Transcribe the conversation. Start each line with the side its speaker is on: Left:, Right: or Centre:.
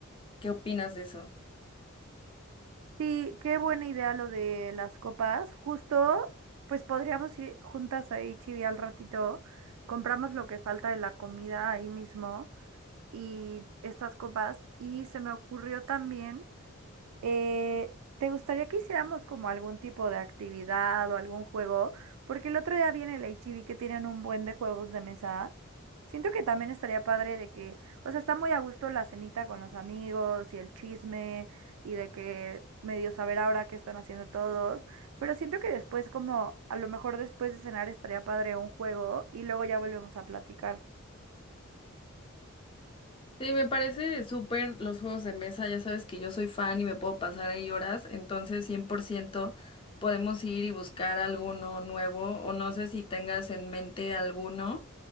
Left: ¿Qué opinas de eso?
Right: Sí, qué buena idea lo de las copas. Justo, pues podríamos ir juntas ahí h al ratito, compramos lo que falta de la comida ahí mismo y estas copas. Y se me ocurrió también Eh, ¿te gustaría que hiciéramos como algún tipo de actividad o algún juego? Porque el otro día viene el H-E-B que tienen un buen de juegos de mesa. Siento que también estaría padre de que, o sea, está muy a gusto la cenita con los amigos y el chisme y de que medio saber ahora qué están haciendo todos, pero siento que después como a lo mejor después de cenar estaría padre un juego y luego ya volvemos a platicar.
Left: Sí, me parece súper los juegos de mesa, ya sabes que yo soy fan y me puedo pasar ahí horas, entonces 100% podemos ir y buscar alguno nuevo o no sé si tengas en mente alguno